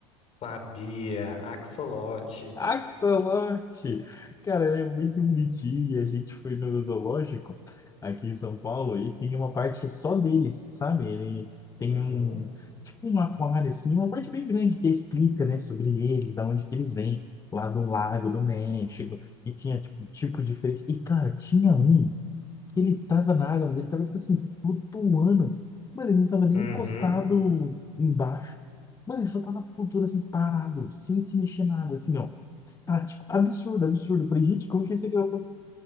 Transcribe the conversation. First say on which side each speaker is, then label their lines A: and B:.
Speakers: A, on the left; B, on the left.
A: Sabia, axolote.
B: Axolote! Cara, ele é muito bonitinho e a gente foi no zoológico aqui em São Paulo e tem uma parte só deles, sabe? Ele tem
A: Uhum.
B: um, tipo um aquário assim, uma parte bem grande que explica, né, sobre eles, da onde que eles vêm, lá do Lago do México, e tinha tipo, tipo diferente. E, cara, tinha um que ele tava na água, mas ele tava, tipo assim, flutuando. Mano, ele não tava nem
A: Uhum.
B: encostado embaixo. Mano, ele só tava flutuando assim, parado, sem se mexer na água, assim, ó. Estático. Absurdo, absurdo. Eu falei, gente, como que esse aqui vai passar